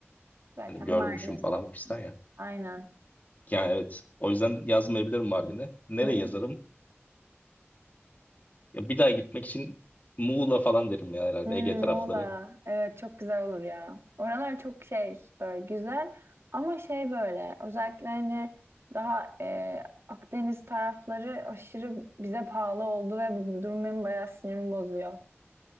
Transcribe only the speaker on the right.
Zaten
Mardin.
Aynen.
<laughs>
Hmm,
Muğla. Evet çok güzel olur ya. Oralar çok şey böyle güzel ama şey böyle özellikle hani daha e, Akdeniz tarafları aşırı bize pahalı oldu ve bu durum benim bayağı sinirimi bozuyor.